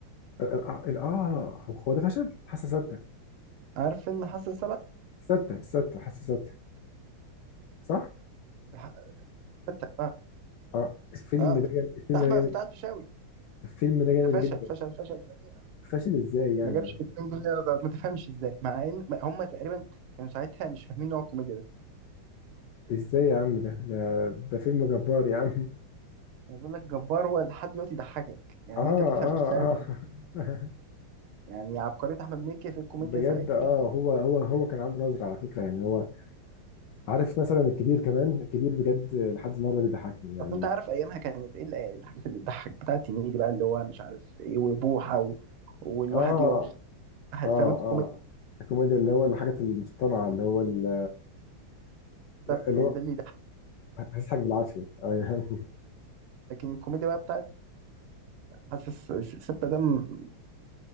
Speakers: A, on the left; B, on the right.
A: ال- ال- اه هو ده فشل حاسة ستة
B: عارف فيلم حاسة سبعة
A: ستة ستة حاسة ستة صح
B: الح- حتى- اه
A: اه الفيلم
B: اه
A: ده جامد الفيلم
B: بتاع احمد
A: ده جامد
B: بتاع الفيشاوي
A: الفيلم ده جامد
B: ده فشل
A: جدا
B: فشل فشل ذريع
A: فاشل ازاي يعني
B: ما جابش
A: يعني
B: 2 جنيه ده ما تفهمش ازاي مع ان هم تقريبا كانوا ساعتها مش فاهمين نوع الكوميديا ده
A: ازاي يا عم ده ده, ده فيلم جبار يا عم
B: انا بقول لك جبار هو لحد دلوقتي يضحكك يعني
A: اه اه
B: انت تفهم ساعتها
A: اه
B: يعني عبقرية احمد مكي
A: <laughs>
B: في الكوميديا
A: بجد
B: ساعتها
A: اه هو هو هو كان عنده نظرة على فكرة يعني هو عارف مثلا الكبير كمان الكبير بجد لحد النهارده بيضحكني يعني
B: اصل انت عارف ايامها كانت ايه ال- الحاجات اللي تضحك بتاعت هنيدي دي بقى اللي هو مش عارف ايه وبوحه و... والواحد
A: اه
B: يقعد واحد
A: اه
B: فاهم الكوميدي
A: اه الكوميديا اللي هو الحاجة المصطنعة اللي هو ال-
B: بالظبط
A: اللي
B: يعني
A: هو
B: ده اللي يضحك
A: هتضحك بالعافية <laughs> اه يعني
B: لكن الكوميديا بقى بتاعت حاسس ستة ده م-